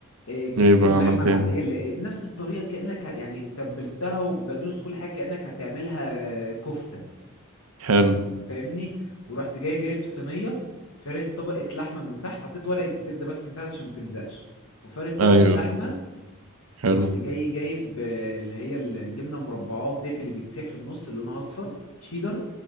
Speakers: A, on the left; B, on the right.
A: آه، جبت
B: ايه بقى
A: اللحمه
B: عملت
A: العاديه
B: ايه
A: اللي آه، نفس الطريقه كانك ه- يعني تبلتها وبقدونس كل حاجه كانك هتعملها آه، كفته
B: حلو
A: فاهمني ورحت جاي جايب صينيه فارد طبقه لحمه من تحت حطيت ورقه زبده بس من تحت عشان ما تلزقش وفارد طبقه
B: ايوه
A: لحمه
B: حلو
A: ورحت جاي جايب آه، اللي هي ال- الجبنه المربعات ديت اللي بتسيح في النص اللي لونها اصفر شيدر